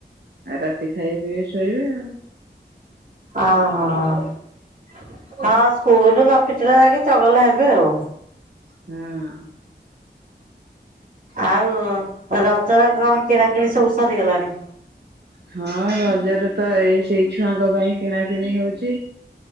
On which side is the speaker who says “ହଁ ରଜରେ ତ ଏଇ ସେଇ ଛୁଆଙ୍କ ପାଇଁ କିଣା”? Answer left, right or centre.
Right